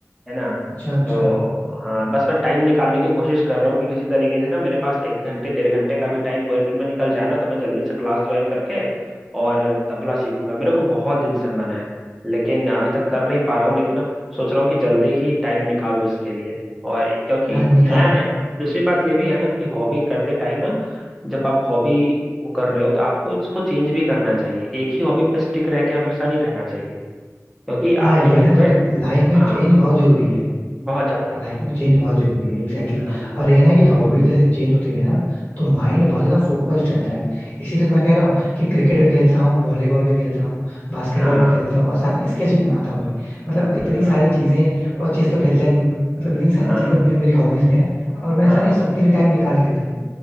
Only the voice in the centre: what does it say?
है ना
तो हाँ बस मैं टाइम निकालने की कोशिश कर रहा हूँ कि किसी तरीके से ना मेरे पास एक घंटे डेढ़ घंटे का भी टाइम पूरे दिन में निकल जाए ना तो मैं जल्दी से क्लास ज्वाइन करके और तबला सीखूंगा मेरे को बहुत दिन से मन है लेकिन अभी तक कर नहीं पा रहा हूँ लेकिन अब सोच रहा हूँ कि जल्दी ही टाइम निकालूं इसके लिए और क्योंकि
नया नया दूसरी बात ये भी है ना कि हॉबी करते टाइम ना जब आप हॉबी को कर रहे हो तो आपको इसको चेंज भी करना चाहिए एक ही हॉबी पे स्टिक रह के हमेशा नहीं रहना चाहिए क्योंकि
आपके
लाइफ
में
हाँ
बहुत ज्यादा
हाँ
हाँ
बिल्कुल
हाँ
हाँ